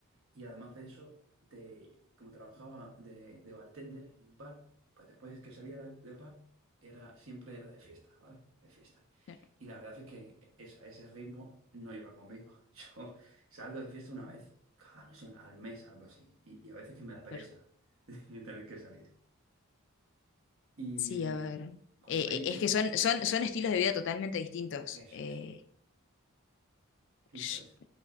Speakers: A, on the right; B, on the left.
A: y además de eso, de, como trabajaba de, de bartender en un bar, pues después que salía de, de bar, era, siempre era de fiesta, ¿vale? De fiesta.
B: claro,
A: Y la verdad es que esa, ese ritmo no iba conmigo. <laughs> Yo salgo de fiesta una vez, cada, no sé, al mes, algo así. Y, y a veces que me da pereza
B: claro.
A: <laughs> tener que salir. Y
B: Sí, a ver.
A: cuando
B: Eh,
A: hay...
B: eh,
A: hay-
B: es que son, son, son estilos de vida totalmente distintos.
A: Eso
B: eh,
A: es. Eso
B: Sh-
A: es.